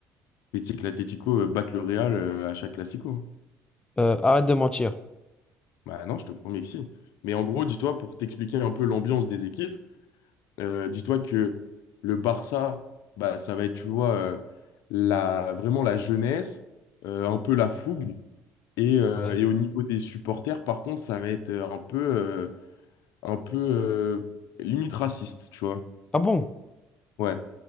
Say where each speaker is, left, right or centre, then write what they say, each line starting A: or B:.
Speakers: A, on the left (about 70°); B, on the left (about 20°).
A: Mais tu sais que l'Atlético euh, batte le Real euh, à chaque Classico. hein.
B: Euh, arrête de mentir.
A: Bah non, je te promets que si. Mais en gros, dis-toi, pour t'expliquer un peu l'ambiance des équipes, euh, dis-toi que le Barça, bah, ça va être, tu vois, euh, la, vraiment la jeunesse, euh, un peu la fougue. Et, euh,
B: Ouais.
A: et au niveau des supporters, par contre, ça va être euh, un peu. euh, un peu euh, limite raciste, tu vois.
B: Ah bon?
A: Ouais.